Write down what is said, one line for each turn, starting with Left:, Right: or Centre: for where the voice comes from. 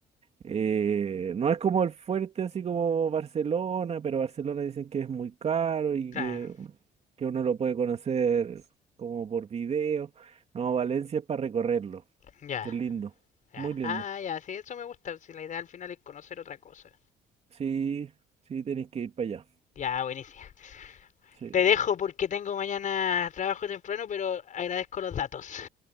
Right: Eh, no es como el fuerte, así como Barcelona, pero Barcelona dicen que es muy caro y
Left: claro,
Right: que, que uno lo puede conocer como por video. No, Valencia es para recorrerlo.
Left: ya,
Right: Es lindo,
Left: ya.
Right: muy lindo.
Left: Ah, ya, sí, eso me gusta. Si la idea al final es conocer otra cosa.
Right: Sí, sí, tenéis que ir para allá.
Left: Ya, buenísimo.
Right: Sí.
Left: Te dejo porque tengo mañana trabajo temprano, pero agradezco los datos.